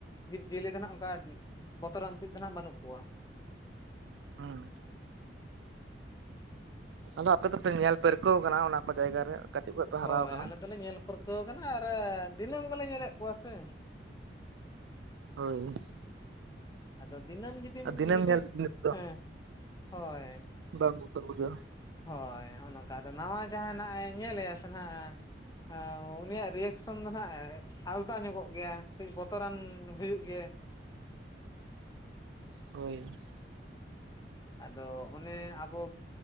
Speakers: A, on the left (about 20°); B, on the right (about 80°).
A: ᱡᱤᱵᱽ ᱡᱤᱭᱟᱹᱞᱤ ᱫᱚ ᱱᱟᱜ ᱚᱱᱠᱟ ᱵᱚᱛᱚᱨᱟᱱ ᱠᱚᱡ ᱫᱚ ᱱᱟᱜ ᱵᱟᱹᱱᱩᱜ ᱠᱚᱣᱟ
B: ᱦᱩᱸ ᱟᱫᱚ ᱟᱯᱮ ᱫᱚᱯᱮ ᱧᱮᱞ ᱯᱟᱹᱨᱠᱟᱹᱣ ᱟᱠᱟᱱᱟ ᱚᱱᱟ ᱠᱚ ᱡᱟᱭᱜᱟᱨᱮ ᱠᱟᱹᱴᱤᱡ ᱠᱷᱚᱡ ᱯᱮ
A: ᱦᱳᱭ
B: ᱦᱟᱨᱟ ᱟᱠᱟᱱᱟ
A: ᱟᱞᱮ ᱫᱚᱞᱮ ᱧᱮᱞ ᱯᱟᱹᱨ ᱠᱟᱹᱣ ᱠᱟᱱᱟ ᱟᱨ ᱫᱤᱱᱟᱹᱢ ᱜᱮᱞᱮ ᱧᱮᱞᱮᱫ ᱠᱚᱣᱟ ᱥᱮ
B: ᱦᱳᱭ
A: ᱟᱫᱚ ᱫᱤᱱᱟᱹᱢ ᱡᱩᱫᱤᱢ
B: ᱟᱨ ᱫᱤᱱᱟᱹᱢ
A: ᱢᱤᱫᱴᱤᱡ
B: ᱧᱮᱞ ᱡᱤᱱᱤᱥ ᱫᱚ
A: ᱦᱮᱸ ᱦᱳᱭ
B: ᱵᱟᱝ ᱵᱚᱛᱚᱨ ᱵᱩᱡᱟᱹᱜᱼᱟ ᱾
A: ᱦᱳᱭ ᱱᱚᱜᱼᱚᱭ ᱱᱚᱝᱠᱟ ᱟᱫᱚ ᱱᱟᱣᱟ ᱡᱟᱦᱟᱸ ᱱᱟᱜᱼᱮ ᱧᱮᱞ ᱮᱭᱟ ᱥᱮ ᱦᱟᱜ ᱦᱮᱸ ᱩᱱᱤᱭᱟᱜ ᱨᱤᱭᱮᱠᱥᱚᱱ ᱫᱚ ᱦᱟᱜᱼᱮ ᱟᱞᱫᱟ ᱧᱚᱜᱚᱜ ᱜᱮᱭᱟ ᱠᱟᱹᱡ ᱵᱚᱛᱚᱨᱟᱱ ᱦᱩᱭᱩᱜ ᱜᱮᱭᱟ.
B: ᱦᱳᱭ
A: ᱟᱫᱚ ᱚᱱᱮ ᱟᱵᱚ